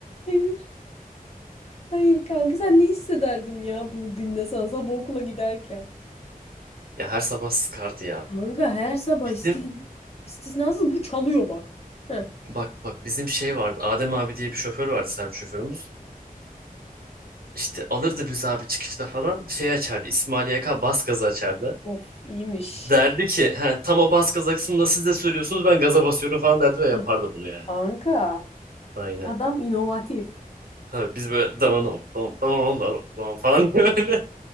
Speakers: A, on the left; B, on the right.
A: Hayır. Hayır kanka sen ne hissederdin ya bunu dinlesen sabah okula giderken.
B: Ya her sabah sıkardı ya.
A: Kanka her sabah
B: Bizim
A: istin istisnasız bu çalıyor bak. Heh.
B: bak bak bizim şey vardı. Adem abi diye bir şoför vardı servis şoförümüz. İşte alırdı bizi abi çıkışta falan şey açardı. İsmail YK bas gazı açardı.
A: Of iyiymiş.
B: Derdi ki he, tam o bas gaza kısmında siz de söylüyorsunuz ben gaza basıyorum falan derdi ve yapardı
A: Of,
B: bunu yani.
A: Kanka
B: Aynen.
A: adam inovatif.
B: Tabii biz böyle dananam dam dananam dananam dam falan <laughs> diye böyle